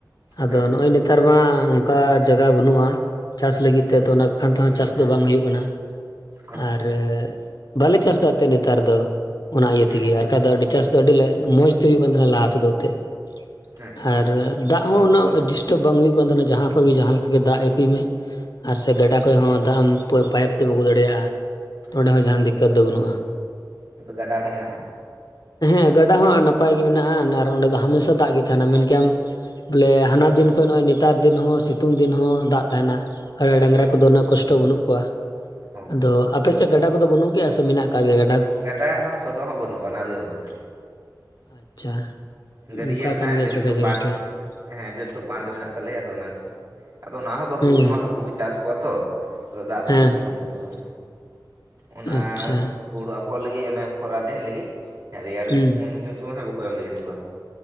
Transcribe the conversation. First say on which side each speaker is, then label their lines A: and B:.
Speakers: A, on the left; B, on the right.
A: ᱟᱫᱚ
B: ᱦᱮᱸ
A: ᱱᱚᱜᱚᱭ ᱱᱮᱛᱟᱨ ᱢᱟ ᱚᱱᱠᱟ ᱡᱟᱭᱜᱟ ᱵᱟᱹᱱᱩᱜᱼᱟ᱾ ᱪᱟᱥ ᱞᱟᱹᱜᱤᱫ
B: ᱦᱩᱸ
A: ᱛᱮ
B: ᱦᱩᱸ
A: ᱛᱚ ᱚᱱᱟ ᱠᱷᱟᱱ ᱛᱮᱦᱚᱸ ᱪᱟᱥ
B: ᱦᱮᱸ
A: ᱫᱚ ᱵᱟᱝ ᱦᱩᱭᱩᱜ ᱠᱟᱱᱟ᱾
B: ᱚ
A: ᱟᱨ, ᱵᱟᱞᱮ ᱪᱟᱥ ᱮᱫᱟ ᱛᱮ ᱱᱮᱛᱟᱨ ᱫᱚ᱾ ᱚᱱᱟ ᱤᱭᱟᱹ
B: ᱦᱩᱸ
A: ᱛᱮᱜᱮ
B: ᱦᱩᱸ
A: ᱟᱨ ᱵᱟᱠᱟᱱᱡ ᱫᱚ ᱟᱹᱰᱤ ᱪᱟᱥ ᱫᱚ
B: ᱚ
A: ᱟᱹᱰᱤ ᱢᱚᱸᱡᱽ ᱛᱮ ᱦᱩᱭᱩᱜ ᱠᱟᱱ ᱛᱟᱦᱮᱱᱟ ᱞᱟᱦᱟ ᱛᱮᱫᱚ ᱮᱱᱛᱮᱫ
B: ᱦᱮᱸ
A: ᱟᱨ ᱫᱟᱜ ᱦᱚᱸ ᱩᱱᱟᱹᱜ ᱰᱤᱥᱴᱟᱵᱽ ᱵᱟᱝ ᱦᱩᱭᱩᱜ ᱠᱟᱱ ᱛᱟᱦᱮᱱᱟ ᱡᱟᱦᱟᱸ ᱠᱷᱚᱱ ᱜᱮ ᱡᱟᱦᱟᱸ ᱞᱮᱠᱟᱟᱜ ᱫᱟᱜ ᱟᱹᱜᱩᱭ ᱢᱮ᱾ ᱟᱨ ᱥᱮ ᱜᱟᱰᱟ
B: ᱦᱮᱸ
A: ᱠᱷᱚᱱᱚᱡ ᱦᱚᱸ ᱫᱟᱜ ᱮᱢ ᱯᱟᱭᱤᱯ ᱛᱮᱢ ᱟᱹᱜᱩ ᱫᱟᱲᱮᱭᱟᱜᱼᱟ ᱛᱚ ᱚᱸᱰᱮ
B: ᱚ
A: ᱦᱚᱸ ᱡᱟᱦᱟᱱ ᱫᱤᱠᱠᱚᱛ ᱫᱚ ᱵᱟᱹᱱᱩᱜᱼᱟ᱾
B: ᱜᱟᱰᱟ ᱠᱚ ᱢᱮᱱᱟᱜᱼᱟ᱾
A: ᱦᱮᱸ ᱜᱟᱰᱟ ᱦᱚᱸ ᱱᱟᱯᱟᱭ ᱜᱮ ᱢᱮᱱᱟᱜᱼᱟ ᱟᱨ ᱚᱸᱰᱮ ᱫᱚ ᱦᱟᱢᱮᱥᱟ ᱫᱟᱜ ᱜᱮ ᱛᱟᱦᱮᱱᱟ ᱢᱮᱱᱠᱮᱭᱟᱢ ᱵᱚᱞᱮ ᱦᱟᱱᱟ ᱫᱤᱱ ᱠᱷᱚᱱᱜ ᱱᱮᱛᱟᱨ ᱫᱤᱱ ᱦᱚᱸ ᱥᱤᱛᱩᱝ ᱫᱤᱱ ᱦᱚᱸ ᱫᱟᱜ ᱛᱟᱦᱮᱱᱟ ᱜᱟᱰᱟ ᱰᱟᱝᱨᱟ
B: ᱦᱮᱸ ᱦᱮᱸ
A: ᱠᱚᱫᱚ ᱩᱱᱟᱹᱜ ᱠᱚᱥᱴᱚ ᱵᱟᱹᱱᱩᱜ ᱠᱚᱣᱟ
B: ᱚ
A: ᱟᱫᱚ ᱟᱯᱮᱥᱮᱫ ᱜᱟᱰᱟ ᱠᱚᱫᱚ ᱵᱟᱹᱱᱩᱜ ᱜᱮᱭᱟ ᱥᱮ ᱢᱮᱱᱟᱜ ᱟᱠᱟᱫ ᱜᱮᱭᱟ ᱜᱟᱰᱟ ᱠᱚ
B: ᱜᱟᱰᱟ ᱦᱚᱸ ᱥᱚᱰᱚᱜ ᱦᱚᱸ ᱵᱟᱹᱱᱩᱜᱼᱟ ᱵᱟᱱᱟ ᱨᱮᱜᱮ ᱵᱟᱹᱱᱩᱜᱼᱟ᱾
A: ᱟᱪᱪᱷᱟ
B: ᱜᱟᱹᱰᱭᱮ
A: ᱚᱱᱠᱟ
B: ᱢᱮᱱᱟᱜᱼᱟ
A: ᱠᱟᱱ ᱜᱮᱭᱟ
B: ᱟᱹᱰᱤ
A: ᱡᱟᱭᱜᱟ
B: ᱞᱟᱹᱴᱩ
A: ᱡᱟᱭᱜᱟᱛᱮ
B: ᱵᱟᱸᱫᱷ ᱦᱮᱸ ᱟᱹᱰᱤ ᱞᱟᱹᱴᱩ ᱵᱟᱸᱫᱷ ᱢᱮᱱᱟᱜ ᱛᱟᱞᱮᱭᱟ ᱟᱫᱚ ᱚᱱᱟᱜᱮ᱾ ᱟᱫᱚ ᱚᱱᱟ ᱦᱚᱸ ᱵᱟᱠᱚ
A: ᱦᱮᱸ
B: ᱮᱢᱚᱜᱼᱟ ᱦᱟᱹᱠᱩ ᱠᱚ ᱪᱟᱥ ᱠᱚᱣᱟ ᱛᱚ ᱟᱫᱚ ᱫᱟᱜ ᱵᱟᱠᱚ
A: ᱦᱮᱸ
B: ᱮᱢᱚᱜ ᱞᱟᱹᱜᱤᱫᱚᱜᱼᱟ ᱚᱱᱟ
A: ᱟᱪᱪᱷᱟ
B: ᱦᱩᱲᱩ ᱟᱯᱷᱚᱨ ᱞᱟᱹᱜᱤᱫ ᱚᱱᱟᱮ ᱠᱷᱚᱨᱟ ᱫᱤᱱ ᱞᱟᱹᱜᱤᱫ ᱨᱮᱭᱟᱲ
A: ᱦᱮᱸ
B: ᱫᱤᱱ ᱩᱱ ᱥᱚᱢᱚᱭ ᱦᱚᱸ ᱵᱟᱠᱚ ᱮᱢ ᱞᱟᱹᱜᱤᱫᱚᱜᱼᱟ᱾